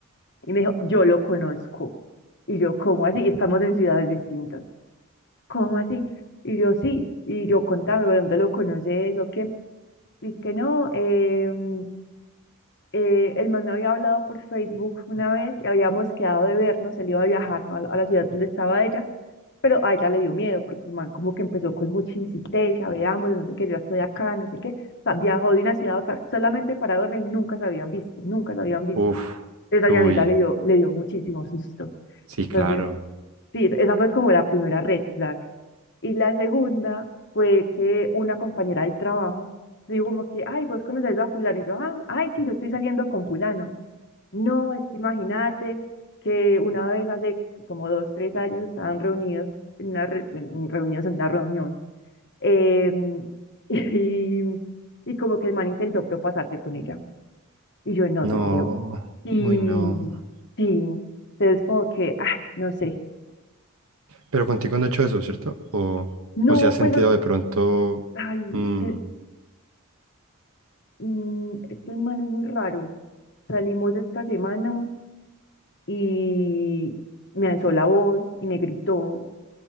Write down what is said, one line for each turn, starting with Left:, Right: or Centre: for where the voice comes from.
Left: y me dijo, yo lo conozco. Y yo, ¿cómo así? Y estamos en ciudades distintas. ¿Cómo así? Y yo, sí, y yo, contame, ¿de ¿dónde lo conoces o qué? Y es que no, em, eh, el man me había hablado por Facebook una vez y habíamos quedado de vernos, él iba a viajar a, la a la ciudad donde estaba ella, pero a ella le dio miedo porque el man como que empezó con mucha insistencia, veamos, no sé qué, yo ya estoy acá, no sé qué. O sea, viajó de una ciudad a otra solamente para verla y nunca se habían visto, nunca se habían visto.
Right: Uf,
Left: Entonces
Right: uy,
Left: a mi amiga le dio, le dio muchísimo susto.
Right: sí, claro.
Left: Entonces, sí, esa fue como la primera red flag. Y la segunda fue que una compañera del trabajo me dijo como que, ay, vos conoces a fulano. Y yo, ah, ay, sí, yo estoy saliendo con fulano. No, es que imagínate que una vez hace como dos, tres años estaban reunidos en una, re- bueno, reunidos en una reunión em, <laughs> y, y como que el man intentó propasarse con ella y yo no
Right: No,
Left: te creo. Y
Right: uy, no.
Left: sí, entonces como que, ay, no sé.
Right: Pero contigo no he hecho eso, ¿cierto? O,
Left: No,
Right: o si has sentido
Left: pues,
Right: de pronto,
Left: ay,
Right: mm,
Left: es que, mm, es que el man es muy raro. Salimos esta semana y me alzó la voz y me gritó